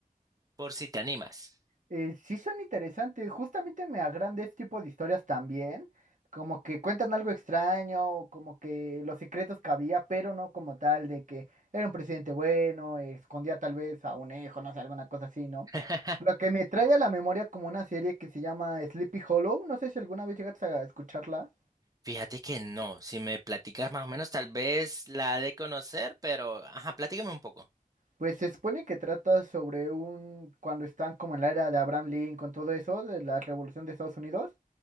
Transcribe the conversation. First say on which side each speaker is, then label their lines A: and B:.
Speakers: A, on the right; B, on the right.
A: por si te animas.
B: Eh, sí son interesantes, justamente me agranda este tipo de historias también, como que cuentan algo extraño, como que los secretos que había, pero no como tal de que era un presidente bueno, eh, escondía tal vez a un hijo, no sé, alguna cosa así, ¿no?
A: <laughs>
B: Lo que me trae a la memoria como una serie que se llama Sleepy Hollow, no sé si alguna vez llegaste a escucharla,
A: Fíjate que no, si me platicas más o menos, tal vez la ha de conocer, pero ajá, platícame un poco.
B: pues se supone que trata sobre un, cuando están como en la era de Abraham Lincoln, todo eso, de la revolución de Estados Unidos.